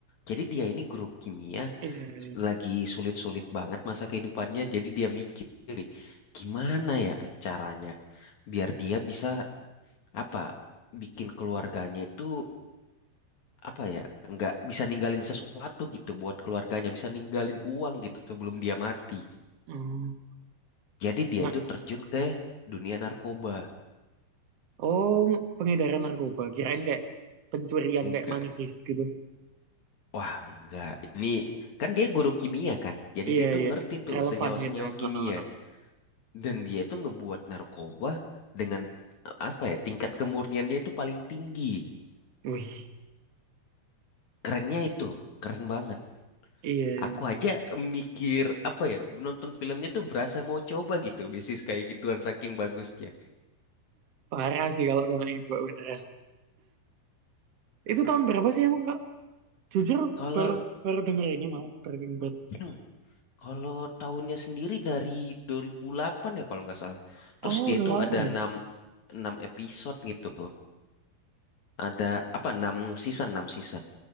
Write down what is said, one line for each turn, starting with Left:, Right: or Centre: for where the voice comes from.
Left: Jadi dia ini guru kimia,
Right: iya iya
Left: lagi sulit-sulit banget masa kehidupannya jadi dia mikir nih, gimana ya caranya biar dia bisa apa bikin keluarganya itu apa ya nggak bisa ninggalin sesuatu gitu buat keluarganya bisa ninggalin uang gitu sebelum dia mati
Right: oh
Left: jadi dia
Right: nggak-
Left: itu terjun ke dunia narkoba
Right: oh, pengedaran narkoba kirain kayak pencurian
Left: enggak
Right: kayak money heist gitu
Left: wah enggak ini kan dia guru kimia kan jadi
Right: Iya
Left: dia tuh
Right: iya,
Left: ngerti tuh
Right: relevan
Left: senyawa-senyawa
Right: gitu ya.
Left: kimia
Right: Heeh.
Left: Dan dia itu ngebuat narkoba dengan eh, apa ya tingkat kemurniannya itu paling tinggi.
Right: Wih,
Left: Kerennya itu, keren banget.
Right: iya iya.
Left: Aku aja mikir apa ya nonton filmnya tuh berasa mau coba gitu, basis kayak gituan saking bagusnya.
Right: Parah sih kalau sama ini Mbak beneran. Itu tahun berapa sih emang Kak? Jujur
Left: Kalau
Right: baru baru denger ini malah Breaking Bad.
Left: <clears throat> kalau tahunnya sendiri dari 2008 ya kalau nggak salah. Terus
Right: Oh,
Left: dia
Right: udah
Left: itu
Right: lama
Left: ada
Right: ya.
Left: 6 enam episode gitu. Ada apa 6 season, 6 season.